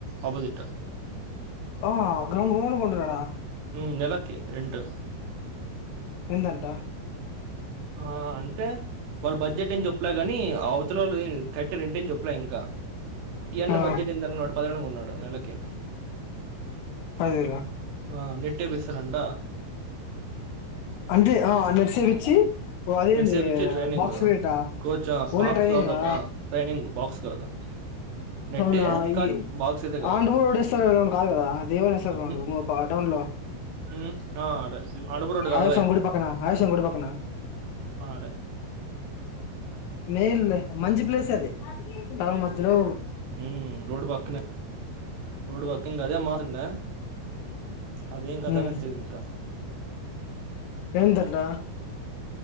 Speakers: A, on the right; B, on the left.
A: ఆపొజిట్
B: ఆ గ్రౌండ్ గ్రౌండ్ కొంటున్నాడా
A: ఉమ్ నెలకి రెంటు
B: ఎం దంట
A: ఆ అంటే వాళ్ళ బడ్జెట్ ఏం చెప్పలే గానీ అవతలోల్ కె కట్టి రెంటెం చోప్పల ఇంకా ఈ అన్న
B: ఆ
A: బడ్జెట్ ఏందనుకున్నాడు పదహనుగు ఉన్నాడు నెలకి
B: అది
A: ఆ నెట్టే బీసనంట
B: అంటే ఆ నెట్ సేపిచ్చి ఓ అదేంది
A: నెట్సే బిచ్చె ట్రైనింగ్
B: బాక్స్ క్రికెటా
A: కోచ్ా
B: ఓన్లీ
A: బాక్స్
B: ట్రైనింగా
A: కాదాప్ప ట్రైనింగ్ బాక్స్ కాదు నెట్టే
B: అవునా
A: కానీ
B: ఈ
A: బాక్స్ అయితే కాదు
B: ఆండూర్ రోడ్స్తర్ రౌండ్ కాదు కదా దేవనిస్త రౌండ్
A: ఉమ్
B: పలో
A: ఉమ్ ఆ ఆడే అడపు రోడ్డు కాదు
B: అయసంగడి
A: ఓయ్
B: పక్కనా అయసంగుడి పక్కనా
A: ట
B: మేల్ మంచి ప్లేస్ అది టౌన్ మద్యలో
A: ఉమ్ రోడ్ పక్కనె రోడ్ పక్కనె అదే మాత్రంట అదేం కదా
B: ఉమ్
A: అంతది ఇంకా
B: ఎంతంట